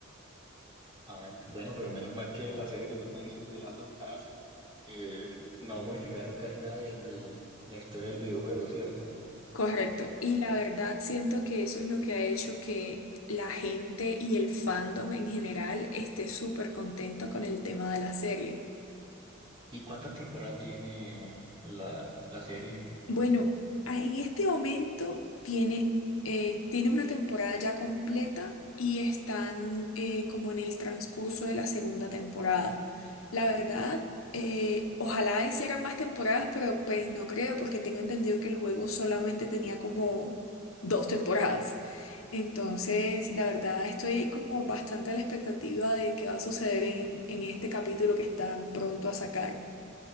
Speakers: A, on the right; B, on the left.
A: Ah, bueno, pero menos mal que la serie que tú me dices de Last of Us eh, no modificaron casi nada de, la historia del videojuego, ¿cierto?
B: Correcto. Y la verdad siento que eso es lo que ha hecho que la gente y el fandom en general esté súper contento con el tema de la serie.
A: ¿Y cuántas temporadas tiene la, la serie?
B: Bueno, a- en este momento tiene, eh, tiene una temporada ya completa y están eh, como en el transcurso de la segunda temporada. La verdad, eh, ojalá hicieran más temporadas, pero pues no creo porque tengo entendido que el juego solamente tenía como dos temporadas. Entonces, la verdad, estoy como bastante a la expectativa de qué va a suceder en, en este capítulo que están pronto a sacar.